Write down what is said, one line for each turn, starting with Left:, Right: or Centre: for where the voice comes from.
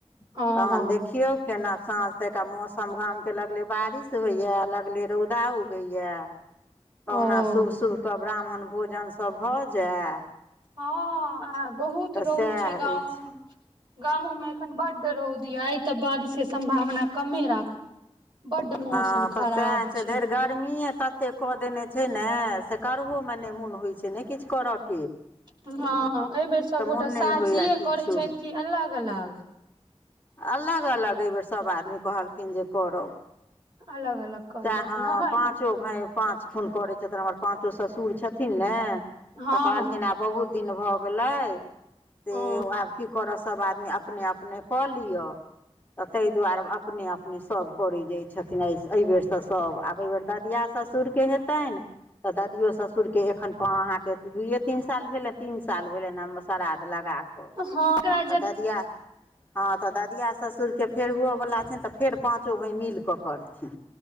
Right: हँ
Left: तहन
Right: हँ
Left: देखियौ। केना साँझ तऽक मौसम गामके लगले बारिश होइया लगले रौदा उगैया। कहुना
Right: ओ
Left: शुभ शुभके ब्राह्मण भोजनसभ भऽ जाए।
Right: हँ आ बहुत रौद
Left: सएह
Right: छै गाममे।
Left: अछि
Right: गामो मे एखन बड रौदी आइ तऽ बारिश के सम्भावना कमे राखू। बड्ड मौसम
Left: हँ
Right: खराब
Left: तऽ सएह
Right: छै।
Left: धरि गर्मीए ततेक कऽ देने छै नऽ से करहोमे नहि मोन होइ छै नहि किछु करऽ।
Right: हँ एहि बेेर सभगोटा
Left: मोन नहि
Right: साजीए
Left: होइए किछो
Right: करैत छथि किी अलग अलग।
Left: अलग अलग एहिबेर सभ आदमी कहलखिन जे करब।
Right: अलग अलग। करै
Left: चए
Right: छथि
Left: हँ
Right: नहि
Left: पाँचो भाय पाँच ठुन करैत छथिन हमर पाँचो ससुर छथिन ने।
Right: हँ
Left: तऽ कहलखिन
Right: हँ
Left: आब बहुत दिन भऽ गेलै से
Right: हँ
Left: आब- की करऽ सभ आदमी अपने अपने कऽ लिअ। तऽ ताहि दुआरे अपने अपने सभ करै जाय छथिन एहिबेर। तऽ सभ आब एहि बेर ददिया ससुरके हेतनि। तऽ ददियओ ससुरके एखन अहाँके दुइयए तीन साल भेलनि तीन साल भेलनि श्राद्ध लगा कऽ। कऽ
Right: हँ एकरा जे
Left: तऽ द दिया। हँ तऽ ददिया ससुरके फेर हओवला छनि तऽ फेर पाँचो भाय मिल कऽ करथिन।